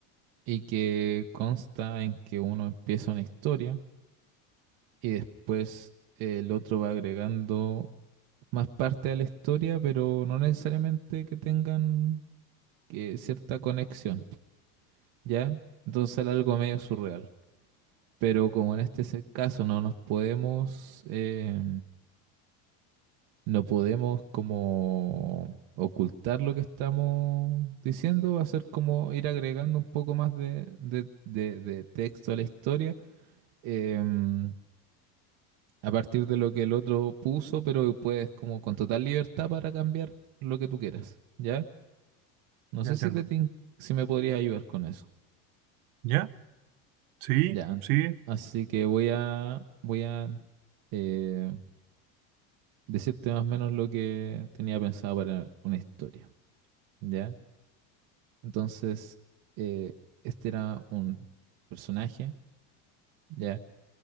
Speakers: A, on the right; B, on the right.
A: y que consta en que uno empieza una historia y después el otro va agregando más parte a la historia, pero no necesariamente que tengan que cierta conexión, ¿ya? Entonces era algo medio surreal. Pero como en este se- caso no nos podemos, eh, no podemos como ocultar lo que estamos diciendo, va a ser como ir agregando un poco más de, de de- de texto a la historia. em, a partir de lo que el otro puso, pero puedes como con total libertad para cambiar lo que tú quieras, ¿ya? No
B: ya
A: sé
B: entiendo.
A: si te, tin- si me podrías ayudar con eso.
B: ¿Ya? Sí,
A: Ya.
B: sí,
A: Así que voy a voy a eh, decirte más o menos lo que tenía pensado para una historia, ¿ya? Entonces, eh, este era un personaje, ¿ya?